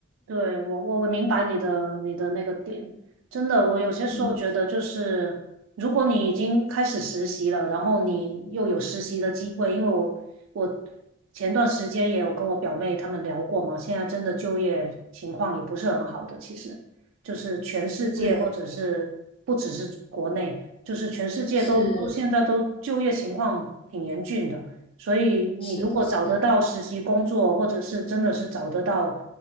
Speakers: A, on the right; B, on the left.
A: 对，我我我明白你的你的那个点，真的，我有些时候觉得就是，
B: 嗯，
A: 如果你已经开始实习了，然后你又有实习的机会，因为我我前段时间也有跟我表妹她们聊过嘛，现在真的就业情况也不是很好的，其实就是全世界或者是不只是国内，
B: 对。
A: 就是全世界都都现在都就业情况挺严峻的。
B: 是
A: 所以你如果找得到实习工作，
B: 是的，是的，
A: 或者是真的是找得到